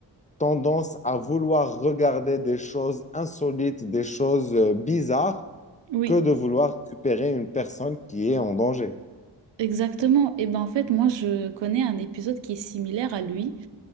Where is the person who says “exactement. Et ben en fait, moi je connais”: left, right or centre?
Right